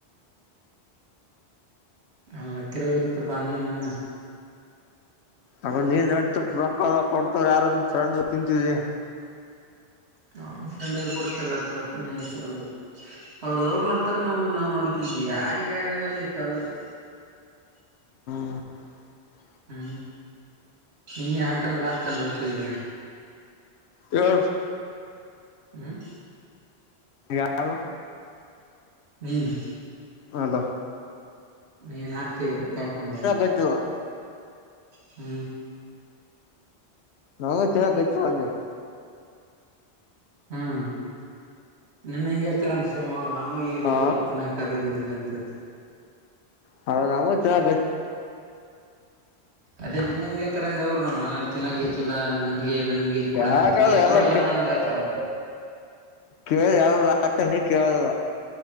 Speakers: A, on the right; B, on the left.
A: ಅವ್ನ್ನಿತ್ತಿರ ವಿರುತ್ತಪ ನೆನ್ನು
B: ಅಮೇಲ್ ನೀನ್ ನಡ್ತೊಕ್ಕ <inaudible> ಕೊಡ್ತ ಯಾರೋ ನಿಮ್ ಫ್ರೆಂಡ್ ತಿಂತಿದಿ
A: ಹ ಫ್ರೆಂಡ್ ಯಾರ ಕೊಡ್ತಾರೆ ಅಷ್ಟ್ ರೊಕ್ಕ ನಿ ಕೊಡಲ್ಲಅವ್ರು ಅವ್ರುದ್ದವ್ರು ನೋಡ್ತರೆ ನಾಮ್ದುನ್ ನಾವ್ ನೋಡ್ಕ ಯಾರಿಗೆಯಾರಾಗಲ್ಲ ಈ ಕಾಲದಲ್ಲಿ
B: ಹ <inaudible>
A: ಹ್ಮು ನೀನೇ ಹಾಕಂದ್ರೆ ಹಾಕ್ತಿಏನ್ ರೊಕ್ಕ ಈಗ
B: ಯರು <inaudible>
A: ಹ್ಮ
B: ಎರಳ
A: ಹ್ಮನು
B: ಹಲ
A: ಏನ ಆಗ್ತಗ ರೊಕ್ಕ ಯಾಕಂದ್ರೆ
B: ಗೊತ್ತಿಲ್ಲ
A: ಹ್ಮ
B: ನಾ ಚೆನ್ನಾಗ ಗಚ್ಂದೆ
A: ಹ್ಮ್ ನಿನ್ನಂಗಗೆ ಹೇಳ್ತಾರ ಸೇಮ್ ಅವ್ರು ನಮಗೂ ಈಗ ಗತ್ತಲ್ಲ
B: ಹಾ
A: ಚನ್ನಾಕ ಜಿಲ್ಲಂಚತ್
B: ಹ ನಾಮ ಚ ಗ
A: ಅದೇ ನಿನ್ನಂಗಗೆ ಹೇಳ್ತಾರಂದ ಅವರುನು ನನಗೆ ತಿಿನಕತಿಲ್ಲ ನನಗೆ ನ್ಗೆ ಇಕಡ
B: ಯಾಕಂದ್ರೆ
A: ಹೇಳ್ತ ಸಳ್ಳತಾರ
B: ಎಲ್ಲ ಕೇಳ್ದ ಯ ಅತ ನೀ ಕೇಳುವ